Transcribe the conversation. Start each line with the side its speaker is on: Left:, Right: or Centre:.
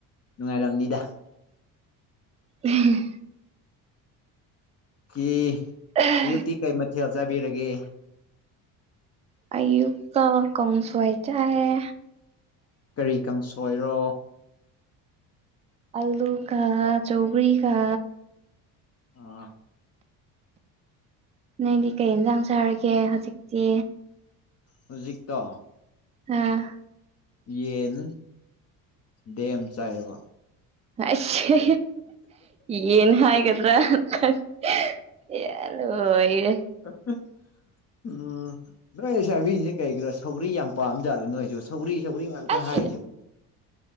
Left: ꯅꯨꯡꯉꯥꯏꯔꯝꯅꯤꯗ
Right: <unintelligible>
Left: ꯀꯤ
Right: <inaudible>
Left: ꯑꯌꯨꯛꯇꯤ ꯀꯩ ꯃꯊꯦꯜ ꯆꯥꯕꯤꯔꯒꯦ
Right: ꯑꯌꯨꯛꯇ ꯀꯥꯡꯁꯣꯏ ꯆꯥꯏ
Left: ꯀꯔꯤ ꯀꯥꯡꯁꯣꯏꯔꯣ
Right: ꯑꯜꯂꯨ ꯀ ꯆꯧꯒꯔꯤ ꯀ
Left: ꯑ
Right: ꯅꯪꯗꯤ ꯀꯩ ꯌꯦꯟꯁꯥꯡ ꯆꯥꯔꯒꯦ ꯍꯧꯖꯤꯛꯇꯤ
Left: ꯍꯨꯖꯤꯛꯇꯣ
Right: ꯍꯥꯥ
Left: ꯌꯦꯟ ꯇꯦꯝ ꯆꯥꯏꯌꯦꯕ
Right: ꯑꯁ ꯌꯦꯟ ꯍꯥꯏꯒꯗ꯭ꯔꯥꯈꯟ ꯌꯔꯣꯌꯦ
Left: ꯎꯝ ꯎꯝ ꯅꯣꯏ ꯂꯩꯁꯥꯕꯤꯁꯦ ꯀꯩꯒꯤꯔꯣ ꯁꯧꯒ꯭ꯔꯤ ꯌꯥꯝ ꯄꯥꯝ ꯖꯥꯠꯂ ꯅꯣꯏꯁꯨ ꯁꯧꯒꯔꯤ ꯁꯧꯒꯔꯤ ꯉꯥꯛꯇ
Right: ꯑꯁ
Left: ꯇꯥ ꯍꯥꯏꯁꯤꯕꯣ